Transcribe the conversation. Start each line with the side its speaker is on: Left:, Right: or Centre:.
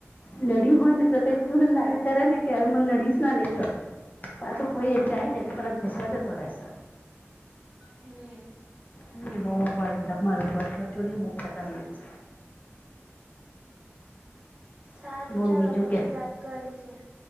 Left: લડી હોય ને તો તેટલું બધું લાડ કરે ને કે મને લડીશ ના ને કર. પાછું કોઈ એ જાય ને તો તરત ભસવા જતો રેશ.
Right: હમ.
Left: હમ્મ બોવ પણ તમારુ બચુડીયું બોવ ખતરનાક છે.
Right: સારું
Left: છે બોલ
Right: ચલો
Left: બીજું
Right: પછી
Left: કે
Right: વાત કરીશું.